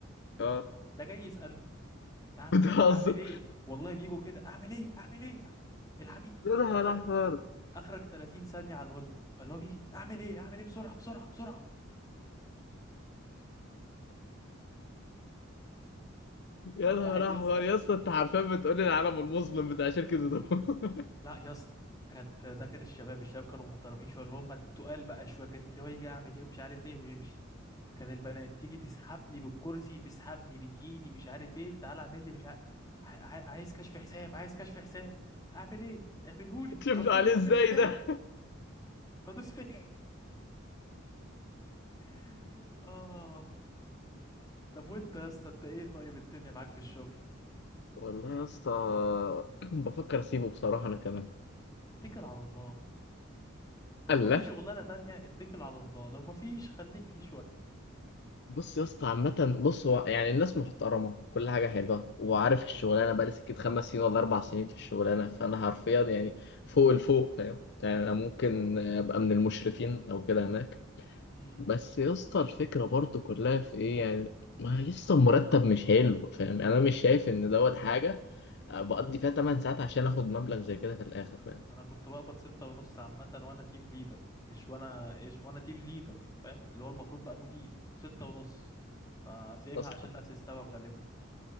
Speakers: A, on the left (about 60°); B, on the left (about 20°).
A: اه
B: ده جاي يسألني اعمل
A: <laughs> بتهزر
B: ايه اعمل ايه والله بيجوا كده اعمل ايه اعمل ايه الحميد
A: يا
B: انت
A: نهار
B: اخرك
A: احمر <laughs>
B: اخرك 30 ثانية على الهولد فاللي هو بيجي اعمل ايه اعمل ايه بسرعة بسرعة بسرعة
A: يا
B: <laughs>
A: نهار
B: واحد يس
A: احمر يا اسطى انت حرفيا بتقول لي العالم المظلم بتاع شركة فودافون <laughs>
B: لا يا اسطى كانت ده كان الشباب الشباب كانوا محترمين شويه اللي هم تقال بقى شويه كان اللي هو يجي اعمل ايه ومش عارف ايه ويمشي كان البنات تيجي تسحبني بالكرسي تسحبني من ايدي مش عارف ايه تعالى اعمل لي مش عارف عايز كشف حساب عايز كشف حساب اعمل ايه اعملهولي
A: شفت
B: وريني
A: عليه
B: بيتعمل
A: ازاي
B: ازاي
A: ده
B: بدوس فين <laughs> اه طب وانت يا اسطى انت ايه طيب الدنيا معاك في الشغل
A: والله يا اسطى بفكر اسيبه بصراحة انا كمان
B: اتكل على الله طالما
A: الله
B: في شغلانه تانية اتكل على الله لو ما فيش خليك فيه
A: بص يا اسطى عامة بص هو يعني الناس محترمة كل حاجة حلوة وعارف الشغلانة بقالي سكت خمس سنين ولا أربع سنين في الشغلانة فأنا حرفيا يعني فوق الفوق فاهم يعني أنا ممكن أبقى من المشرفين أو كده هناك
B: شويه
A: بس يا اسطى الفكرة برضو كلها في إيه يعني ما يا اسطى المرتب مش حلو فاهم يعني أنا مش شايف إن دوت حاجة بقضي فيها 8 ساعات عشان آخد مبلغ زي كده في الآخر فاهم
B: انا كنت بقبض ستة ونص عامة وانا تيم ليدر مش وانا ايش وانا تيم ليدر فاهم اللي هو المفروض بقى مدير كنت ستة ونص فسيبها
A: أصلا
B: عشان نفس السبب غالبا